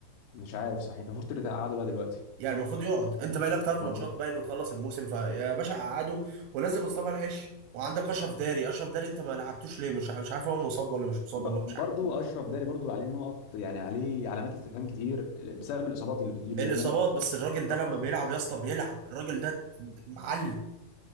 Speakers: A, on the left (about 80°); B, on the right (about 80°).
A: مش عارف صحيح المفروض تلاتة قعدوا بقى دلوقتي
B: يعني المفروض يقعد انت باقي لك ثلاث
A: المفروض
B: ماتشات باين وتخلص الموسم فيا باشا قعده ونزل مصطفى العش وعندك اشرف داري اشرف داري انت ما لعبتوش ليه مش مش عارف هو مصاب ولا مش مصاب
A: ب-
B: والله مش
A: برضو
B: عارف
A: اشرف داري برضو عليه نقط يعني عليه علامات استفهام كتير بسبب الاصابات اللي بتجيله
B: الاصابات
A: دايما
B: بس الراجل ده
A: اه
B: لما بيلعب يا اسطى بيلعب الراجل ده معلم